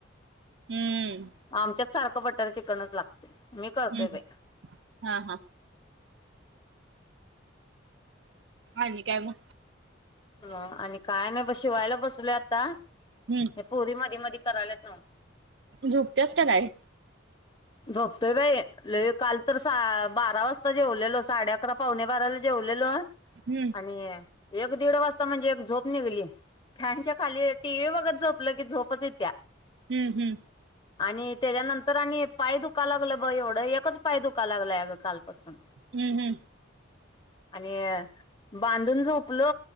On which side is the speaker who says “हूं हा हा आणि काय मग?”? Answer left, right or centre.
Right